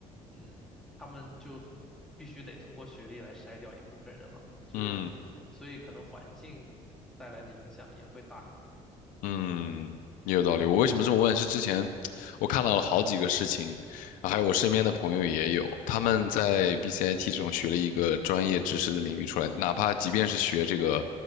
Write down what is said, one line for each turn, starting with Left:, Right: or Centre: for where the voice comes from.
Centre: 嗯，他们就必须得通过学历来筛掉一部分人了，就是，
Left: 嗯
Centre: 所以可能环境带来的影响也会大呀。
Left: 嗯，也有道理。我为什么这么问？是之前我看到了好几个事情，啊还有我身边的朋友也有，他们在
Centre: 嗯
Left: BCIT 这种学了一个专业知识的领域出来，哪怕即便是学这个，